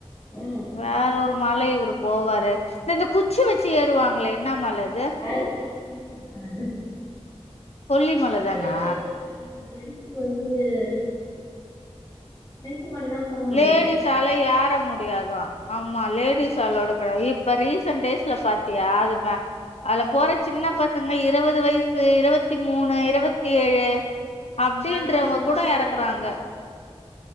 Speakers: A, on the left; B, on the left.
A: ஆ
B: வேற ஒரு மல இவுரு போவாரு இந்தந்த குச்சி வெச்சு ஏறுவாங்களே என்னா மல அது
A: <unintelligible> வல்லிமலக்கா அது
B: கொல்லிமல
A: <unintelligible>
B: தானா
A: இல்ல வந்து <unintelligible> போ முடியு
B: லேடிஸால ஏர முட் டியாது தான் ஆமா லேடிஸ் அலவுட் கிடயாது இப் இப்ப ரீசன்ட் டேஸ்ல பாத்தியா அதுமா அது போற சின்ன பசங்க இரவது வயசு இரவத்தி மூணு இரவத்தி ஏழு அப்படின்றவங்க
A: நா அதுல அது முப்பது
B: கூட எறக்குறாங்க
A: வயசு